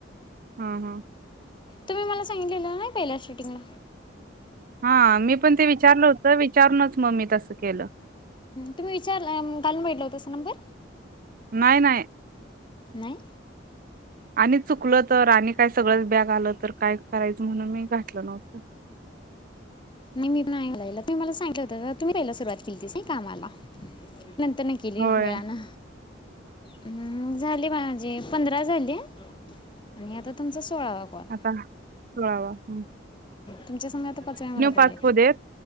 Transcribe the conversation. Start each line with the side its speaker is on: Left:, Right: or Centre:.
Right: हा हा
Left: तुम्ही मला सांगितलेला ना पहिल्या शूटिंगला
Right: हा मी पण ते विचारलं होत विचारूनच मग मी तसं केलं
Left: तुम्ही विचार घालून बघितला होता असं नंबर
Right: नाही नाही
Left: नाही
Right: आणि चुकल तर आणि काय सगळंच बॅग आलं तर काय करायचं म्हणून मी घाटल नव्हतं
Left: नाही मी नाही तुम्ही मला सांगित हो तुम्ही राहायला सुरुवात केली तस कामाला नंतर ना केली
Right: होय
Left: वेळान हम्म झाली माझी पंधरा झाली आणि आता तुमच सो सोळावा कॉल
Right: आता सोळावा हम्म.
Left: तुमच्या संग आता पाचव्या मला बोलायचं
Right: पाच होऊ देत